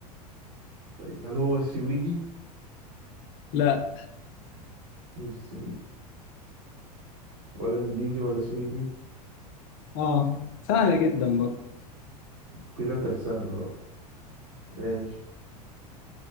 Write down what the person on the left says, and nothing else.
لا
آه سهلة جدا برضه